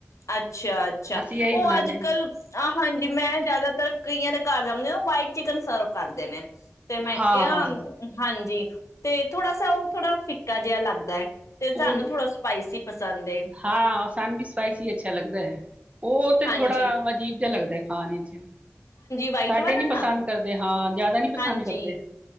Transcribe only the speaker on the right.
ਅਸੀਂ ਇਹੀ
ਬਣਾਨੇ
ਹਾਂ-ਹਾਂ
ਉਹ
ਹਾਂ ਔਸਾਨ ਵੀ ਸਪਾਈਸੀ ਅੱਛਾ ਲੱਗਦਾ ਹੈ ਉਹ ਤੇ
ਥੋੜਾ ਅਜੀਬ ਜਿਹਾ ਲੱਗਦਾ ਹੈ ਖਾਣੇ 'ਲਈ ਚ
ਸਾਡੇ
ਨੀ ਪਸੰਦ
ਕਰਦੇ ਹਾਂ ਜ਼ਿਆਦਾ ਨੀ ਪਸੰਦ
ਕਰਦੇ